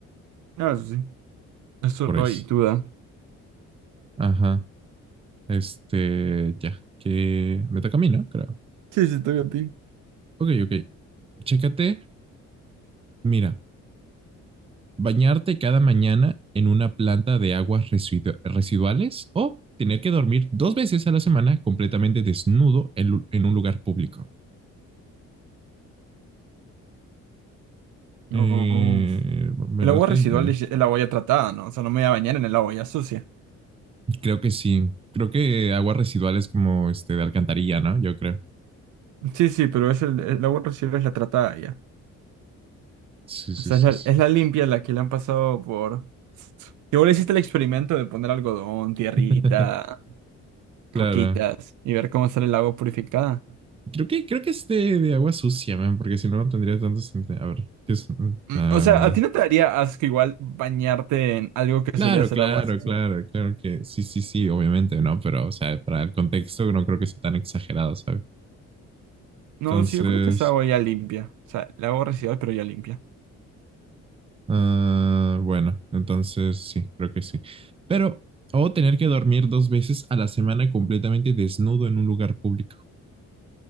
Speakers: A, on the right (about 80°); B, on the right (about 20°).
A: Ah, eso sí. Eso
B: Por
A: no
B: eso.
A: hay duda.
B: Ajá. Este, ya, que me toca a mí, ¿no? Creo.
A: Sí, sí, toca a ti.
B: Ok, ok. Chécate, mira, bañarte cada mañana en una planta de aguas residu- residuales o tener que dormir dos veces a la semana completamente desnudo en, lu- en un lugar público.
A: No.
B: Eh, bañarte
A: El agua residual
B: en- eh,
A: es el agua ya tratada, ¿no? O sea, no me voy a bañar en el agua ya sucia.
B: creo que sí. Creo que aguas residuales como este de alcantarilla, ¿no? Yo creo.
A: Sí, sí, pero es el, el agua residual es la tratada ya.
B: Sí, sí,
A: O sea,
B: sí,
A: es la,
B: sí.
A: es la limpia la que le han pasado por... Igual hiciste el experimento de poner algodón, tierrita,
B: <laughs> Claro.
A: roquitas y ver cómo sale el agua purificada.
B: Creo que, creo que es de, de agua sucia, man, porque si no, no tendría tanto sentido. A ver, ¿qué es?
A: Mm,
B: Agua
A: O sea, ¿a ti no te daría asco igual bañarte en algo que
B: Claro,
A: solía ser
B: claro,
A: agua sucia?
B: claro, claro que sí, sí, sí, obviamente, ¿no? Pero, o sea, para el contexto no creo que sea tan exagerado, ¿sabes?
A: No,
B: Entonces,
A: sí, yo creo que es agua ya limpia. O sea, el agua residual, pero ya limpia.
B: ah, bueno, entonces sí, creo que sí. Pero, o tener que dormir dos veces a la semana completamente desnudo en un lugar público.